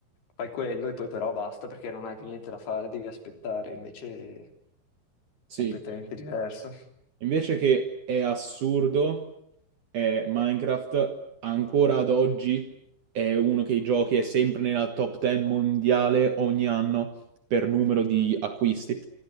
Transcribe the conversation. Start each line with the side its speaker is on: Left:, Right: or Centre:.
Left: Fai quello e poi però basta perché non hai più niente da fare, devi aspettare, invece è
Right: Sì,
Left: completamente diverso.
Right: Invece che è assurdo, è Minecraft ancora ad oggi è uno che i giochi è sempre nella top 10 mondiale ogni anno per numero di acquisti.